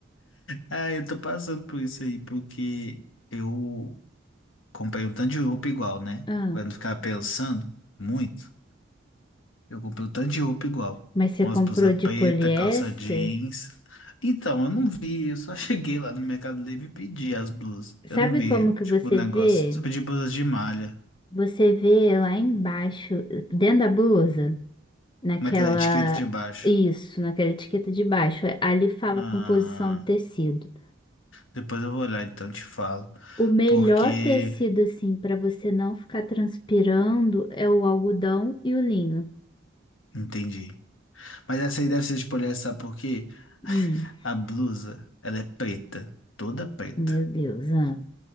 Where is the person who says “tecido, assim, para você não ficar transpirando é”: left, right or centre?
Left